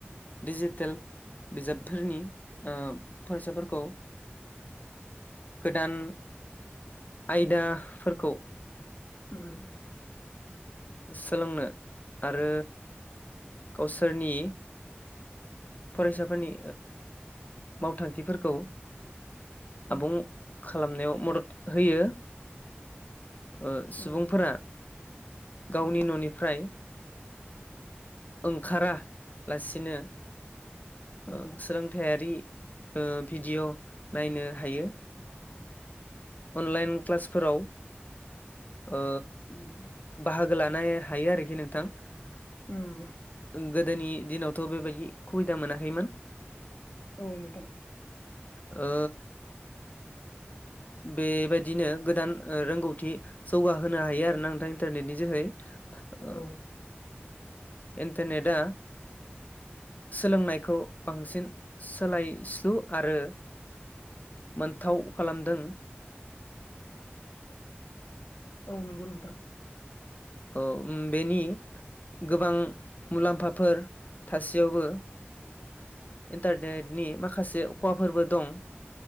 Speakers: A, on the left; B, on the left.
A: डिजिटेल बिजाबफोरनि फरायसाफोरखौ गोदान आयदाफोरखौ
B: उम
A: सोलोंनो आरो गावसोरनि फरायसाफोरनि मावथांखिफोरखौ
B: उम
A: आबुं खालामनायाव मदद होयो ओ सुबुंफोरा
B: उम
A: गावनि
B: उम
A: न'निफ्राय ओंखारालासिनो
B: उम
A: ओ सोलोंथायारि ओ भिडिय' नायनो हायो। अनलाइन क्लासफोराव ओ
B: उम
A: बाहागो लानो नो हायो आरोखि नोंथां ।
B: उम।
A: गोदोनि दिनावथ' बेबायदि सुबिदा मोनाखैमोन
B: औ नोंथां ।
A: ओ बेबायदिनो गोदान रोंगौथि जौगाहोनो हायो आरो ना नोंथां इन्टारनेटनि जोहै ओ
B: औ
A: इन्टारनेटा सोलोंनायखौ बांसिन सोलायस्लु आरो मोनथाव खालामदों ।
B: औ नंगौ नोंथां ।
A: अ उम बेनि गोबां मुलाम्फाफोर थासेयावबो
B: <inaudible>
A: इन्टारनेटनि माखासे खहाफोरबो दं ।